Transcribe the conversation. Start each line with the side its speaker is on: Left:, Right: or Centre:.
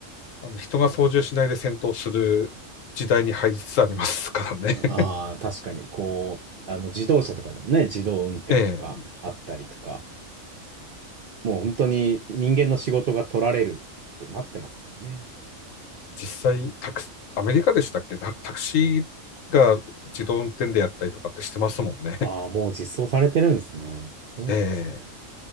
Left: あの人が操縦しないで戦闘する時代に入りつつありますからね。
Right: ああー、
Left: <laughs>
Right: 確かに、こう、あの、自動車とかでもね、自動運転とかあったりとか、
Left: ええ。
Right: もう本当に人間の仕事が取られるってなってますもんね。
Left: 実際、タクアメリカでしたっけタタクシーが自動運転でやったりとかってしてますもんね。
Right: ああ、もう実装されてるんですね。そうなんですね。
Left: <laughs> ええ。